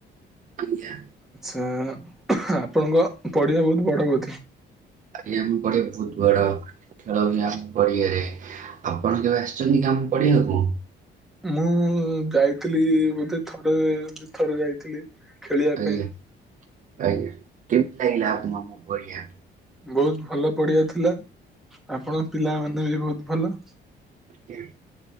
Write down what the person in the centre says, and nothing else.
ଅ ଆପଣଙ୍କ ପଡିିଆ ବହୁତ ବଡ ବୋଧେ?
ମୁଁ ଯାଇଥିଲି ବୋଧେ ଥରେ ଦିଥର ଯାଇଥିଲି। ଖେଳିବା
ପାଇଁ।
ବହୁତ ଭଲ ପଡିଆ ଥିଲା ଆପଣଙ୍କ ପିଲାମାନେ ବି ବହୁତ ଭଲ।